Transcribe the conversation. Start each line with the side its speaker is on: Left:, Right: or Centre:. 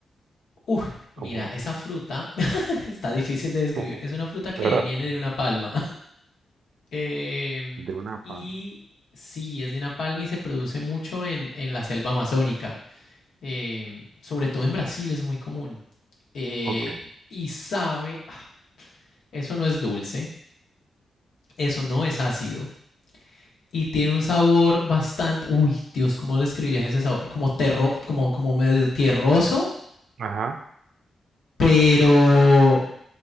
Left: Uy,
Right: como
Left: mira,
Right: es,
Left: esa fruta <laughs> está difícil de describir.
Right: <laughs>
Left: Es una fruta que
Right: ¿verdad?
Left: viene de una palma. Eh,
Right: De una pan.
Left: y sí, es de una palma y se produce mucho en, en la selva amazónica. Eh, sobre todo en Brasil es muy común. Eh,
Right: Ok.
Left: y sabe, eso no es dulce, eso no es ácido. Y tiene un sabor bastante, uy, Dios, ¿cómo describirías ese sabor? Como, terro, como, como medio tierroso,
Right: Ajá.
Left: pero